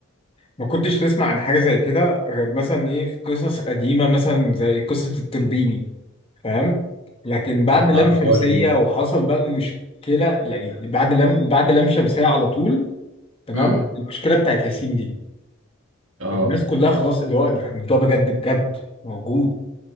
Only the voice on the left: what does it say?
ما كنتش تسمع عن حاجة زي كده غير مثلا ايه في قصص قديمة مثلا زي قصة التربيني فاهم لكن بعد
لام
شمسية
وحصل بقى المشكلة يعني بعد لام بعد لام شمسية على طول تمام
المشكلة بتاعت ياسين دي
الناس كلها خلاص اللي هو الموضوع بجد بجد موجود